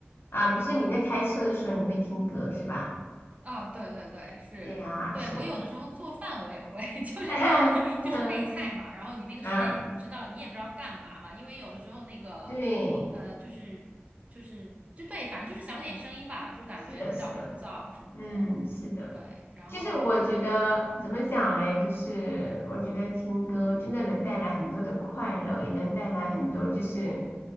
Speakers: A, on the left; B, on the right.
A: 啊，比如说你在开车的时候，你会听歌是吧？
B: 啊，对对对，是，
A: 对呀，
B: 对，
A: 是。
B: 我有的时候做饭我也会，<laughs> 就是
A: <laughs>
B: <laughs> 就是备菜嘛，
A: 嗯
B: 然后你那个时间你不知道，
A: 啊，
B: 你也不知道干嘛嘛，因为有的时候那个，
A: 对，
B: 呃，就是就是就对，反正就是想有点声音吧，就感觉比较枯燥什么的，
A: 是的，是的，嗯，是的。
B: 对，然后
A: 其实我觉得怎么讲嘞，就是我觉得听歌真的能带来很多的快乐，也能带来很多就是